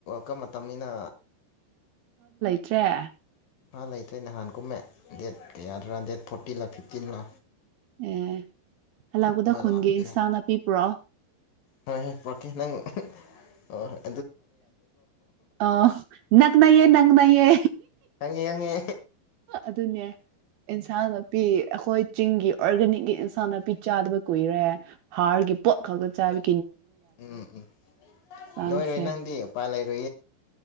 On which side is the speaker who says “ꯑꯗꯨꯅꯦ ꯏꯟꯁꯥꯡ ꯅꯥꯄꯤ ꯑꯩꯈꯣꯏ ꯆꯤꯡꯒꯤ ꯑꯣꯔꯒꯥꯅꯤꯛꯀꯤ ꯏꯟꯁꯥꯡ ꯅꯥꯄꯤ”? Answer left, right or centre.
Right